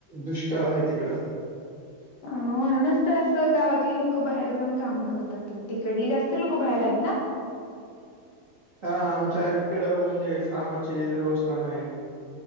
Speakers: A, on the right (about 85°); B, on the left (about 60°).
A: दुष्काळ हाय तिकडं.
B: <unintelligible> असं गावातली लोकं जाऊन काम कर तिकडली जास्त लोक भायर हायत ना.
A: हा आमच्या इकड म्हणजे कामाची व्यवस्था नाई